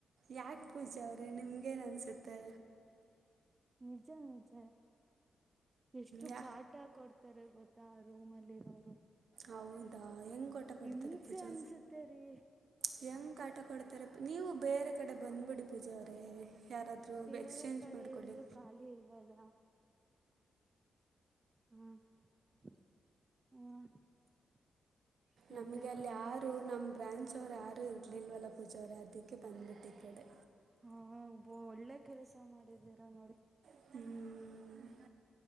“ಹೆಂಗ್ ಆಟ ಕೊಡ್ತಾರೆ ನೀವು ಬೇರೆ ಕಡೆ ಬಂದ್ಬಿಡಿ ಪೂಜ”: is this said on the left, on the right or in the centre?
Right